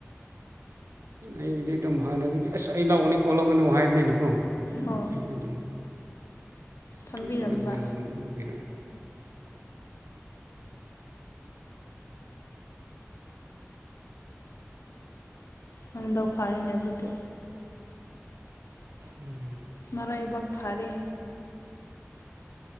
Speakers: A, on the right; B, on the left.
A: ꯑꯩꯒꯤꯗꯤ ꯑꯗꯨꯝ ꯍꯥꯟꯅꯗꯒꯤ ꯑꯁ ꯑꯩ ꯂꯧꯒꯅꯤꯀꯣ ꯂꯧꯒꯅꯨ ꯍꯥꯏꯕꯅꯤꯅꯀꯣ
B: ꯑꯣ
A: ꯍꯣꯏꯅꯦ ꯑꯗꯨꯝ
B: ꯊꯝꯕꯤꯔꯝꯕ
A: ꯑꯣꯔꯤꯖꯤꯅꯦꯜꯗꯣ ꯑꯗꯨꯒꯤ
B: ꯅꯪꯗꯣ ꯐꯥꯔꯅꯦ ꯑꯗꯨꯗꯤ
A: ꯎꯝ
B: ꯃꯔꯥꯏꯕꯥꯛ ꯐꯔꯦ